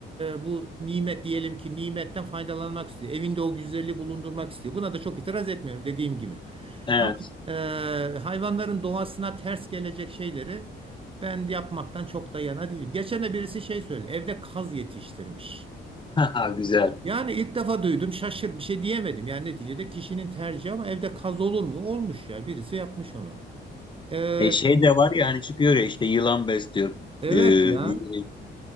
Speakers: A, on the right; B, on the left.
A: e, bu nimet diyelim ki nimetten faydalanmak istiyor. Evinde o güzelliği bulundurmak istiyor. Buna da çok itiraz etmiyorum dediğim gibi.
B: evet,
A: Ama e, hayvanların doğasına ters gelecek şeyleri ben yapmaktan çok da yana değilim. Geçen de birisi şey söyledi. Evde kaz yetiştirmiş.
B: <laughs> Haha, güzel.
A: Yani ilk defa duydum, şaşır bir şey diyemedim. Yani neticede kişinin tercihi ama evde kaz olur mu? Olmuş ya. Birisi yapmış onu. E,
B: E, şey de var ya hani çıkıyor ya işte yılan besliyor.
A: evet
B: E,
A: ya.
B: ne bileyim